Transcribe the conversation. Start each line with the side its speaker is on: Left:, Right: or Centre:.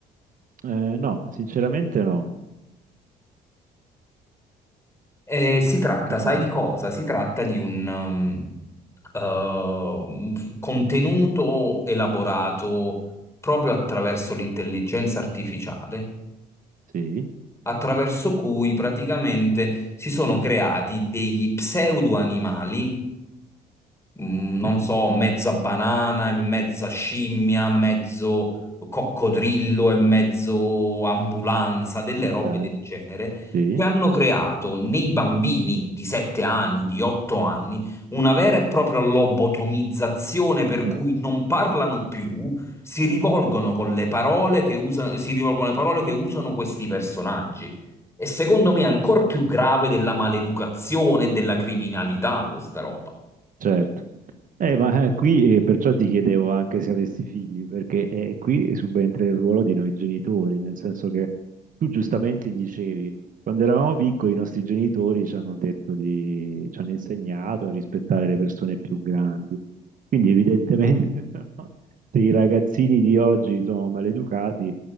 Right: Eh, no, sinceramente no.
Left: Eh, si tratta,
Right: Che
Left: sai
Right: cos'è?
Left: di cosa? Si tratta di un, um, eh, un f- contenuto elaborato proprio attraverso l'intelligenza artificiale
Right: Sì,
Left: attraverso cui praticamente si sono creati degli pseudo-animali mm,
Right: mhm,
Left: non so, mezza banana e mezza scimmia, mezzo coccodrillo e mezzo ambulanza, delle
Right: Ma
Left: robe
Right: dai,
Left: del genere,
Right: sì.
Left: che hanno creato nei bambini di 7 anni, di 8 anni, una vera e propria lobotomizzazione per
Right: eh,
Left: cui non parlano più, si rivolgono con le parole che usano, si rivolgono le parole che usano questi personaggi. E secondo
Right: mhm.
Left: me è ancora più grave della maleducazione e della criminalità questa roba.
Right: Certo. Eh, ma eh, qui eh, perciò ti chiedevo anche se avessi figli, perché eh, qui subentra il ruolo di noi genitori, nel senso che tu giustamente dicevi, quando eravamo piccoli i nostri genitori ci hanno detto di, ci hanno insegnato a rispettare le persone più grandi. Quindi evidentemente <laughs> no, se i ragazzini di oggi sono maleducati